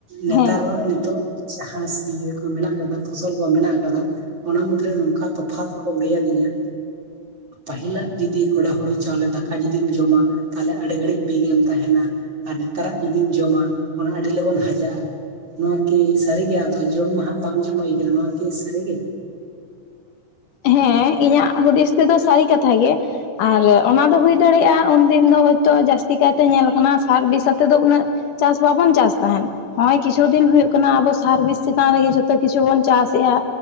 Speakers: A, on the right (about 45°); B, on the left (about 70°).
A: ᱱᱮᱛᱟᱨ
B: ᱦᱮᱸ
A: ᱱᱚᱜᱼᱚᱭ ᱱᱤᱛᱚᱜ ᱡᱟᱦᱟᱸ ᱤᱭᱟᱹ ᱠᱚ ᱢᱮᱱᱟᱜ ᱠᱟᱫᱟ ᱯᱷᱚᱥᱚᱞ ᱠᱚ ᱢᱮᱱᱟᱜ ᱟᱠᱟᱫᱟ, ᱚᱱᱟ ᱢᱩᱫᱽᱨᱮ ᱱᱚᱝᱠᱟ ᱛᱚᱯᱷᱟᱛ ᱠᱚ ᱞᱟᱹᱭ ᱟᱹᱫᱤᱧᱟ ᱯᱟᱹᱤᱞᱟᱜ ᱡᱩᱫᱤ ᱠᱚᱲᱟ ᱦᱩᱲᱩ ᱪᱟᱣᱞᱮ ᱫᱟᱠᱟ ᱡᱩᱫᱤ ᱡᱚᱢᱟ, ᱛᱟᱦᱚᱞᱮ ᱟᱹᱰᱤ ᱜᱷᱟᱹᱲᱤᱡ ᱵᱤᱜᱮᱢ ᱛᱟᱦᱮᱱᱟ᱾ ᱟᱨ ᱱᱮᱛᱟᱨᱟᱜ ᱡᱩᱫᱤᱢ ᱡᱚᱢᱟ, ᱚᱱᱟ ᱟᱹᱰᱤ ᱞᱚᱜᱚᱱ ᱦᱟᱡᱟᱜᱼᱟ ᱱᱚᱣᱟᱠᱤ ᱥᱟᱹᱨᱤ? <unintelligible> ᱟᱫᱚ ᱡᱚᱢ ᱢᱟᱦᱟᱜ ᱵᱟᱝ ᱡᱚᱢ ᱦᱩᱭ ᱠᱟᱱᱟ ᱱᱚᱣᱟ ᱠᱤ ᱥᱟᱹᱨᱤᱜᱮ?
B: ᱦᱮᱸ, ᱤᱧᱟᱹᱜ ᱦᱩᱫᱤᱥ ᱛᱮᱫᱚ ᱥᱟᱹᱨᱤ ᱠᱟᱛᱷᱟ ᱜᱮ᱾ ᱟᱨ ᱚᱱᱟ ᱫᱚ ᱦᱩᱭ ᱫᱟᱲᱮᱭᱟᱜᱼᱟ ᱩᱱᱫᱤᱱ ᱫᱚ ᱦᱭᱛᱳ ᱡᱟᱹᱥᱛᱤ ᱠᱟᱭᱛᱮ ᱧᱮᱞ ᱠᱟᱱᱟ ᱥᱟᱨ ᱵᱤᱥ ᱟᱛᱮᱫ ᱫᱚ ᱩᱱᱟᱹᱜ ᱪᱟᱥ ᱵᱟᱵᱚᱱ ᱪᱟᱥ ᱛᱟᱦᱮᱱ᱾ ᱦᱚᱜᱼᱚᱭ ᱠᱤᱪᱷᱩ ᱫᱤᱱ ᱦᱩᱭᱩᱜ ᱠᱟᱱᱟ ᱟᱵᱚ ᱥᱟᱨ-ᱵᱤᱥ ᱪᱮᱛᱟᱱ ᱨᱮᱜᱮ ᱡᱷᱚ ᱛᱚ ᱠᱤᱪᱷᱩ ᱵᱚᱱ ᱪᱟᱥ ᱮᱜᱼᱟ,